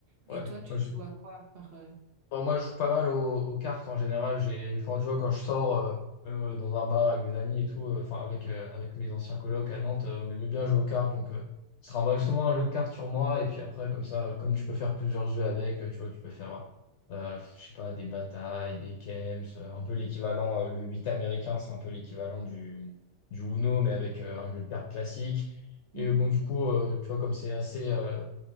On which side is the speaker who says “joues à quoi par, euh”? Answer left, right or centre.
Right